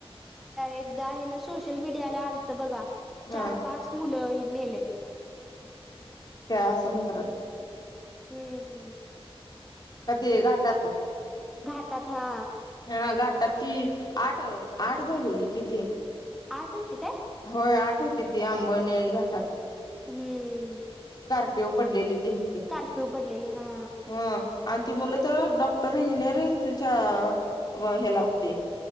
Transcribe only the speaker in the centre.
एकदा हेला सोशल मीडियाला आलत बघा
चार पाच मुलं ह मेलेत
हम्म हम्म
घाटत हा
आठ होती काय?
हम्म.
स्कॉर्पिओ पडलेली हा